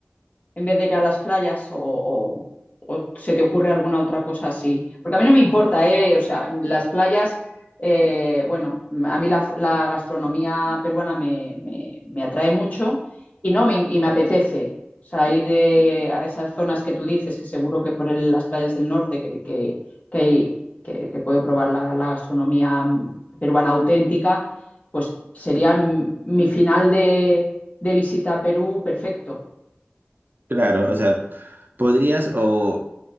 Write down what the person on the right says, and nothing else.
claro, o sea, podrías o